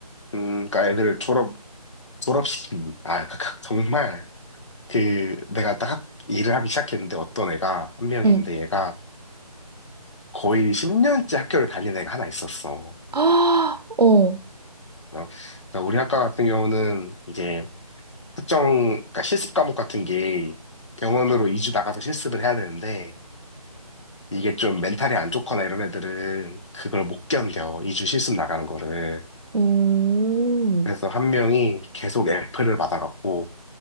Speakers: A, on the left; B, on the right.
A: 음, 그러니까 애들 졸업, 졸업시키기. 아, 그- 그- 정말, 그, 내가 딱 학- 일을 하기 시작했는데, 어떤 애가, 한 명인데,
B: 응.
A: 얘가 거의 10년째 학교를 다니는 애가 하나 있었어.
B: 아, 어,
A: 어, 그러니까 우리 학과 같은 경우는 이제 특정, 그러니까 실습 과목 같은 게 병원으로 2주 나가서 실습을 해야 되는데 이게 좀 멘탈이 안 좋거나 이런 애들은 그걸 못 견뎌. 2주 실습 나가는 거를.
B: 음,
A: 그래서 한 명이 계속 F를 받아갖고